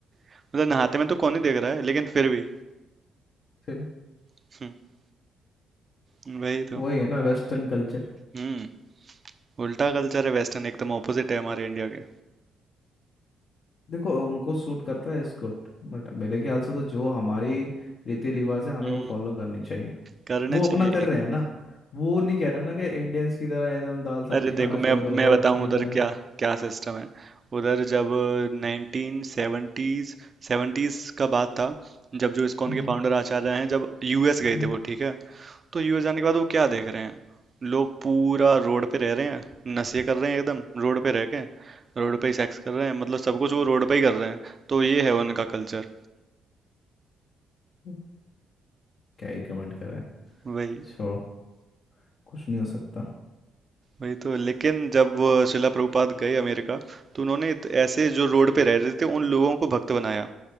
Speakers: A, on the right; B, on the left.
A: मतलब नहाते में तो कौन ही देख रहा है लेकिन फिर भी
B: फिर
A: <laughs> हम्म, वही तो
B: वही है ना वेस्टर्न कल्चर
A: हम्म उल्टा कल्चर है वेस्टर्न एकदम ऑपोजिट है हमारे इंडिया के
B: देखो उनको सूट करता है एस्कॉर्ट बट मेरे ख्याल से तो जो हमारी रीति रिवाज है हमें
A: हम्म
B: वो फॉलो करनी चाहिए
A: करने
B: वो अपना
A: चाहिए
B: कर
A: ये।
B: रहे हैं ना वो नहीं कह रहे ना कि इंडियंस की तरह एकदम दाल सब्जी
A: अरे देखो
B: खाना
A: मैं
B: शुरू कर
A: मैं
B: दो
A: बताऊं
B: कुकिंग
A: उधर
B: करना
A: क्या क्या सिस्टम है उधर जब नाइनटीन सेवेंटीज सेवेंटीज का बात था जब जो इस्कॉन
B: हम्म
A: के फाउंडर आचार्य हैं जब यूएस गए
B: हम्म
A: थे वो ठीक है तो यूएस जाने के बाद वो क्या देख रहे हैं लोग पूरा रोड पे रह रहे हैं नशे कर रहे हैं एकदम रोड पे रह के रोड पे ही सेक्स कर रहे हैं मतलब सब कुछ वो रोड पे ही कर रहे हैं तो ये है उनका कल्चर
B: हम्म। क्या ही कमेंट करे
A: वही
B: छोड़ो कुछ नहीं हो सकता
A: वही तो लेकिन जब अ, शिला प्रभुपाद गए अमेरिका तो उन्होंने इत- ऐसे जो रोड पे रह रहे थे उन लोगों को भक्त बनाया